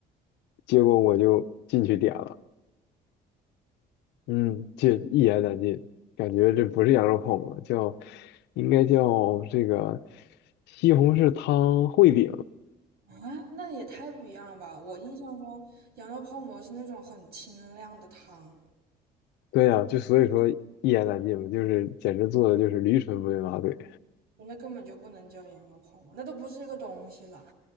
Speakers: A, on the left (about 85°); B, on the right (about 70°).
A: 结果我就进去点了，嗯，这一言难尽，感觉这不是羊肉泡馍，叫应该叫这个西红柿汤烩饼，
B: 啊，那也太不一样了吧！我印象中羊肉泡馍是那种很清亮的汤，
A: 对呀、就所以说一言难尽嘛，就是简直做的就是驴唇不对马嘴。
B: 人家根本就不能叫羊肉泡馍，那都不是一个东西了。